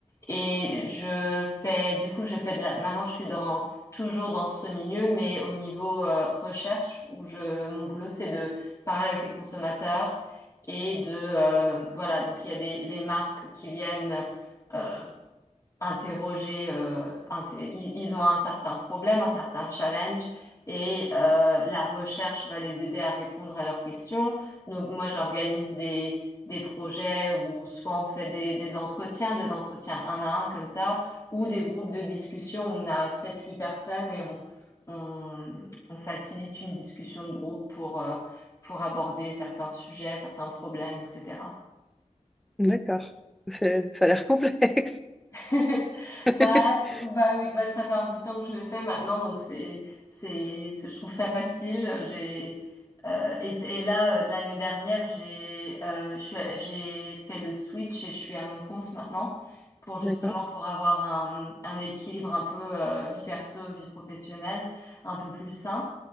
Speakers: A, on the left; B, in the centre.
A: Et je fais, du coup, je fais de la, maintenant je suis dans, toujours dans ce milieu, mais au niveau euh, recherche, où je, mon boulot, c'est de parler avec les consommateurs et de, euh, voilà, donc il y a des, les marques qui viennent euh, interroger, euh, inté- ils, ils ont un certain problème, un certain challenge, et euh, la recherche va les aider à répondre à leurs questions. Donc moi, j'organise des, des projets où soit on fait des, des entretiens, des entretiens un à un comme ça, ou des groupes de discussion, on a sept huit personnes et on, on, on facilite une discussion de groupe pour, euh, pour aborder certains sujets, certains problèmes, etc.
B: D'accord. C'est- Ça a l'air complexe.
A: <laughs>
B: <laughs>
A: Bah, c- bah oui, bah ça fait un bout de temps que je le fais maintenant, donc c'est, c'est, c'est- je trouve ça facile. J'ai, euh, et, c'est- et là, euh, de l'année dernière, j'ai, euh, je suis à- j'ai fait le switch et je suis à mon compte maintenant pour justement
B: D'accord.
A: pour avoir un, un équilibre un peu euh, vie perso, vie professionnelle, un peu plus sain,